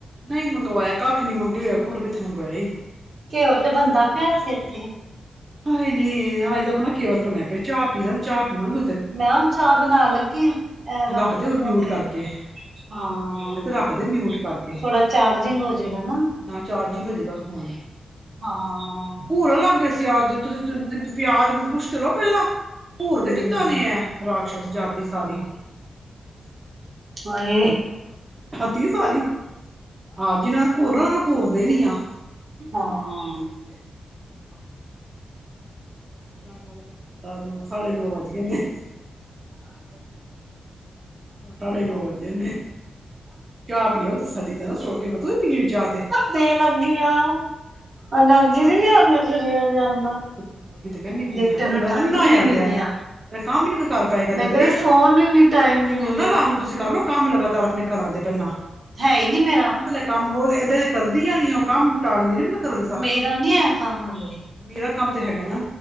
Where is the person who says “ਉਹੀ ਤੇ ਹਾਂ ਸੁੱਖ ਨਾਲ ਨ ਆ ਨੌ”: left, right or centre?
Right